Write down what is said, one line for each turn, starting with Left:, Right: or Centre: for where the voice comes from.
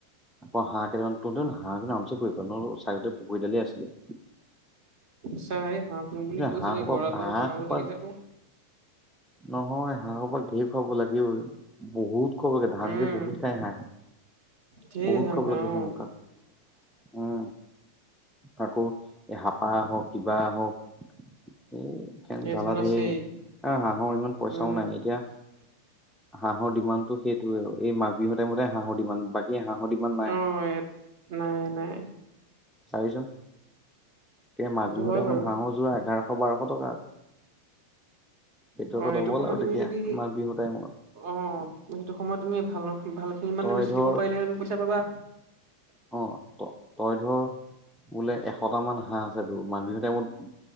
Centre: আকৌ হাঁহ কেইটা মান তহঁতে কিন্তু হাঁহ কিন্তু আাৰামছে পুহিব পাৰ তহঁতৰ চাইডতে পুখুৰীডাল আছিলে।
Right: সঁচা এই হাঁহ পুহিম বুলি কৈছিলে
Centre: হাঁহ সোপা
Right: গঁড়ালডাল
Centre: হাঁহ
Right: বনাব
Centre: সোপা
Right: লাগে যে আকৌ।
Centre: নহয় হাঁহ সোপা ঢেৰ খোৱাব লাগে বহুত খোৱাব লাগে
Right: উম,
Centre: ধান যে বহুত খাই হাঁহে।
Right: ধেৰ
Centre: বহুত
Right: ধান
Centre: খোৱাব
Right: খাই
Centre: লাগে
Right: অ'
Centre: সেইমসাক। উম, আকৌ এ হাপা আহক কিবা আহক এ এখেন
Right: এইটো
Centre: জালা ধেইৰ
Right: আছেই
Centre: এ হাঁহৰ ইমান পইচাও
Right: উম,
Centre: নাই এতিয়া
Right: <inaudible>
Centre: হাঁহৰ ডিমাণ্ডটো সেইটোৱেই আৰু এই মাঘ বিহু টাইমতে হাঁহৰ ডিমাণ্ড বা কী হাঁহৰ ডিমাণ্ড নাই
Right: অ' এ নাই নাই
Centre: চাবিচোন। এ মাঘ
Right: সেইটো
Centre: বিহুৰ
Right: হয়
Centre: টাইমত
Right: বাৰু
Centre: হাঁহৰ যোৰা এঘাৰশ বাৰশ টকা। সেইটো
Right: অ'
Centre: আকৌ দব'ল
Right: সময়ত
Centre: আৰু
Right: তুমি
Centre: তেতিয়া
Right: যদি
Centre: মাঘ বিহু টাইম।
Right: অ', সেইটো সময়ত তুমি ভাল ভাল খিনি মানে
Centre: তই
Right: বেছি
Centre: ধৰ
Right: দিব পাৰিলে অলপ পইচা পাবা।
Centre: অ', ত তই ধৰ বোলে এশটা মান হাঁহ আছে টোৰ মাঘ বিহু টাইমত